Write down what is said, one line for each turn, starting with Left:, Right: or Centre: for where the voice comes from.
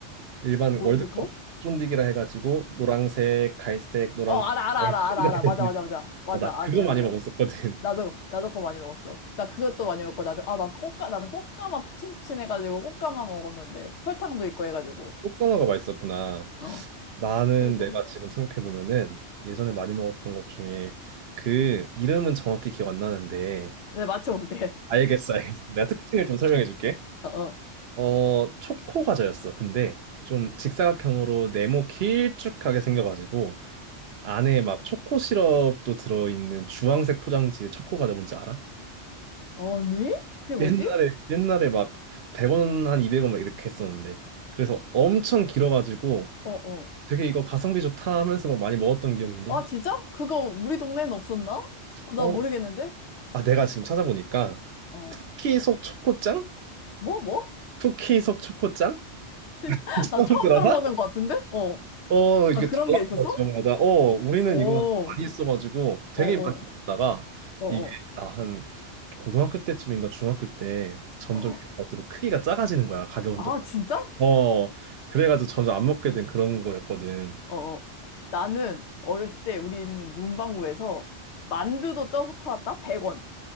Right: 일반
Left: 월드컵?
Right: 월드컵 쫀디기라 해가지고 노란색, 갈색, 노란색,
Left: 어, 알아, 알아,
Right: 갈색
Left: 알아, 알아,
Right: 이렇게
Left: 알아.
Right: 돼
Left: 맞아,
Right: 있는
Left: 맞아, 맞아.
Right: 거.
Left: 맞아,
Right: 어, 나
Left: 맞아,
Right: 그거
Left: 맞아.
Right: 많이
Left: 맞아.
Right: 먹었었거든.
Left: 나도,
Right: <laughs>
Left: 나도 그거 많이 먹었어. 나 그것도 많이 먹고, 나도, 아, 나 꽃가, 나는 꽃가마 폭신폭신해가지고, 꽃가마 먹었는데, 설탕도 있고 해가지고,
Right: 꽃가마가 맛있었구나.
Left: 어,
Right: 나는
Left: 그리고,
Right: 내가 지금 생각해 보면은 예전에 많이 먹었던 것 중에 그 이름은 정확히 기억 안 나는데
Left: 네, 맞춰볼게.
Right: 알겠어, 알겠어. 내가 특징을 좀 설명해 줄게.
Left: <laughs> 어,
Right: 어, 초코 과자였어. 근데 좀 직사각형으로 네모 길쭉하게 생겨가지고 안에 막 초코 시럽도 들어있는 주황색 포장지의 초코 과자 뭔지 알아?
Left: 어. 니 그게 뭐지?
Right: 옛날에 옛날에 막 100원 한 200원 막 이렇게 했었는데 그래서 엄청 길어가지고
Left: 어, 어.
Right: 되게 이거 가성비 좋다 하면서 막 많이 먹었던 기억이 있는데
Left: 아, 진짜? 그거 우리 동네엔 없었나? 어, 나
Right: 어?
Left: 모르겠는데?
Right: 아 내가 지금 찾아보니까
Left: 어.
Right: 쿠키 속 초코짱?
Left: 뭐, 뭐?
Right: 쿠키 속 초코짱?
Left: <laughs>
Right: <laughs>
Left: 나
Right: 처음
Left: 처음
Right: 들어봐?
Left: 들어보는 것 같은데? 어.
Right: 어, 이게
Left: 아, 그런
Right: 달라요,
Left: 게 있었어?
Right: 지역마다. 어, 우리는
Left: 오.
Right: 이거 많이 써가지고 되게
Left: 어 어,
Right: 많이 먹다가
Left: 어 어,
Right: 이게 나 한 고등학교 때쯤인가 중학교 때 점점
Left: 어 어.
Right: 이게 갈수록 크기가 작아지는 거야. 가격은
Left: 아,
Right: 똑같아.
Left: 진짜?
Right: 어, 그래가지고 점점 안 먹게 된 그런 거였거든.
Left: 어 어. 나는 어렸을 때 우리는 문방구에서 만두도 쪄서 팔았다? 100원.